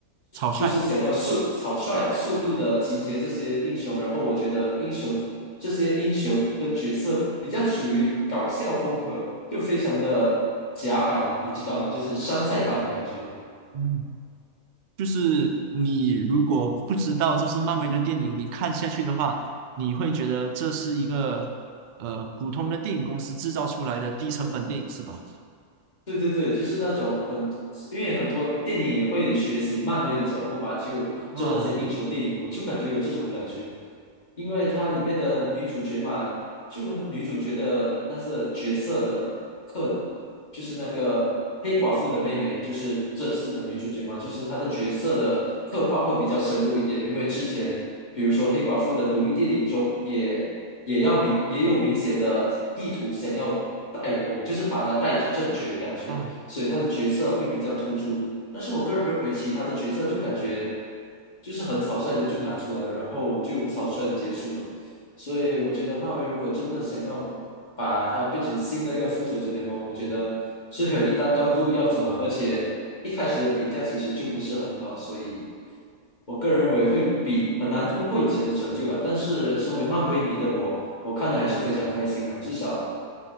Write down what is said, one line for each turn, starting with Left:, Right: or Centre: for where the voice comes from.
Right: 草率，
Left: 就是想要速草率、速度的集结这些英雄，然后我觉得英雄这些英雄跟角色比较属于搞笑风格，就非常的甲板，你知道吗？就是山寨版的感觉。
Right: 嗯，就是你如果不知道这是漫威的电影，你看下去的话，你会觉得这是一个呃普通的电影公司制造出来的低成本电影，是吧？
Left: 对对对，就是那种很，因为很多电影也会学习漫威的脚步吧，就做那些英雄电影，
Right: 啊，对
Left: 我就感觉有这种感觉。因为它里面的女主角嘛，就女主角的那是角色的刻，就是那个黑寡妇的妹妹，就是这次的女主角嘛，就是她的角色的刻画会比较深入一点，因为之前比如说黑寡妇的独立电影中也也要明也有明显的意图想要带红，就是把她带去正确的感觉，
Right: 啊，
Left: 所以她的角色会比较突出。但是我个人认为其他的角色就感觉就是很草率的就拿出来，然后就草率的结束了。所以我觉得漫威如果真的想要把它变成新的一个复仇者联盟，我觉得是还有一大段路要走了，而且一开始的评价其实就不是很好，所以我个人认为会比很难突破以前的成就了。但是身为漫威迷的我，我看的还是非常开心啊，至少。